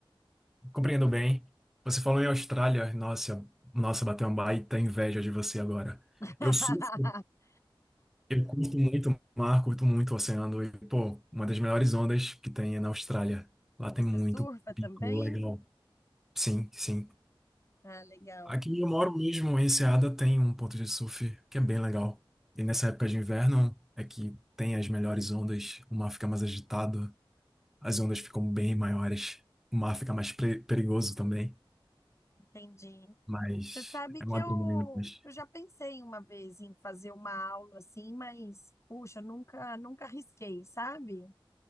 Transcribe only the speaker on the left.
<laughs>
Você
surfa também?
Ah, legal,
entendi.
Você sabe
que
eu,
eu já pensei uma vez em fazer uma aula assim, mas puxa, nunca nunca arrisquei, sabe?